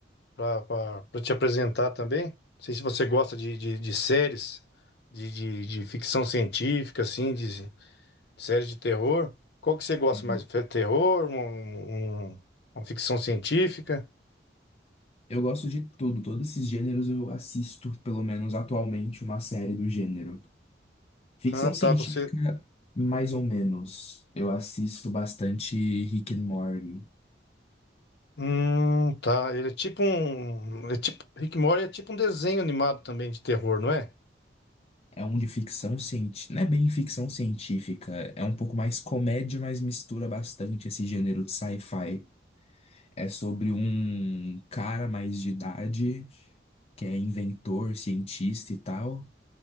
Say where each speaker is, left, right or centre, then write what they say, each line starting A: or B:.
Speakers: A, on the left; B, on the left.
A: para te apresentar também. Não sei se você gosta de, de, de séries, de, de, de ficção científica, assim, de séries de terror. Qual que você gosta
B: Uhum.
A: mais? Fe- Terror? Um, um- uma ficção científica?
B: Eu gosto de tudo, todos esses gêneros eu assisto, pelo menos atualmente, uma série do gênero. Ficção
A: Ah, tá.
B: científica,
A: você
B: mais ou menos. Eu assisto bastante Rick and Morty.
A: Hum, tá. Ele é tipo um. É tipo... Rick and Morty é tipo um desenho animado também de terror, não é?
B: É um de ficção científica, não é bem ficção científica, é um pouco mais comédia, mas mistura bastante esse gênero de sci-fi. É sobre um cara mais de idade que é inventor, cientista e tal,